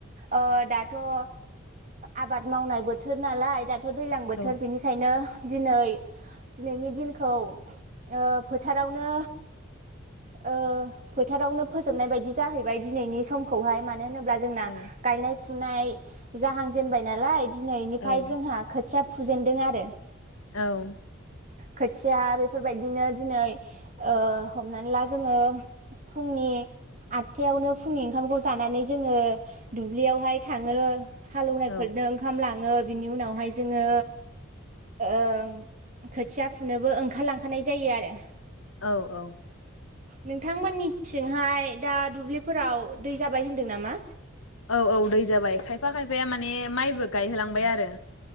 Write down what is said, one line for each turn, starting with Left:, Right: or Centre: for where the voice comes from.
Right: ओ दाथ' ओ आबाद मावनाय बोथोर नालाय दा थ' दैज्लां बोथोर
Left: औ
Right: बिनिखायनो दिनै दिनैनि दिनखौ ओ फोथारावनो ओ फोथारावनो फोजोबनाय बायदि जाहैबाय दिनैनि समखौहाय मानो होनोब्ला जोंना
Left: औ औ
Right: गायनाय फुनाय जाहांजेनबाय नालाय दिनैनिफ्राय
Left: औ
Right: जोंहा खोथिया फुजेनदों आरो
Left: औ
Right: खोथिया बेफोरबायदिनो दिनै ओ हमनानै ला जोङो फुंनि आदथायावनो फुंनि ओंखामखौ जानानै जोङो दुब्लियावहाय थाङो हालौवनायफोरनो
Left: औ
Right: ओंखाम लाङो बिनि उनावहाय जोङो ओ खोथिया फुनोबो ओंखारलांखानाय जायो आरो
Left: औ औ
Right: नोंथांमोननिथिंहाय दा दुब्लिफोराव दै जाबाय होनदों नामा?
Left: औ औ दै जाबाय खायफा खायफाया माने माइबो गायहोलांबाय आरो